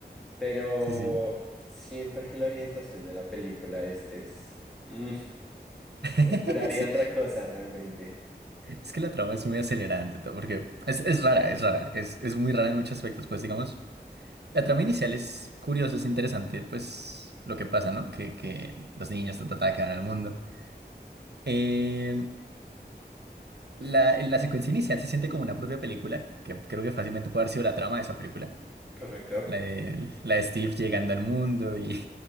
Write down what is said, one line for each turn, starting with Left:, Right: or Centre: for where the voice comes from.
Centre: Pero
Right: Sí, sí.
Centre: siento que la orientación de la película es, es, mm,
Right: <laughs>
Centre: esperaría
Right: Sí,
Centre: otra cosa realmente.
Right: Es que la trama es muy acelerada ante todo, porque es, es rara, es rara, es, es muy rara en muchos aspectos. Pues digamos, la trama inicial es curiosa, es interesante, pues lo que pasa, ¿no? Que, que los niños ta, ta, ta, quedan al mundo. Eh, la, la secuencia inicial se siente como una propia película, que creo que fácilmente puede haber sido la trama de esa película.
Centre: Correcto.
Right: La de, la de Steve llegando al mundo y